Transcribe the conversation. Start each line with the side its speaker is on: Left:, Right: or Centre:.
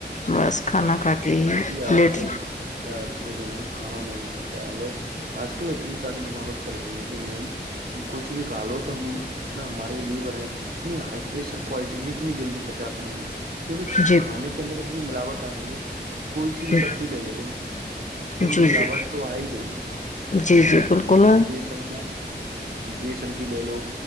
Left: بس کھانا کھا کے ہی
Right: ج آج
Left: لیٹ
Right: کل کیا دیکھے نا کھانا میں بھی کھا کایا ہ بٹ آج کل اتنی ساری ملاوٹ چل رہی ہے کہ میم کچھ بھی نکالو تو ہم اتنا ہمارے لیے بر ہیں اتنی ہائی پریشر کوالٹی سے اتنی جلدی پہنچاتے نہیں کیونکہ
Left: جی
Right: کھانے کے اندر تو اتنی ملاوٹ آ رہی ہے کوئی سی بھی
Left: جی
Right: سبزی لے لو تم اس کے اندر
Left: جی
Right: ملاوٹ تو آ ہی گئی ہے
Left: جی جی بالکل
Right: سن کی جی جی بی سن کی لے لو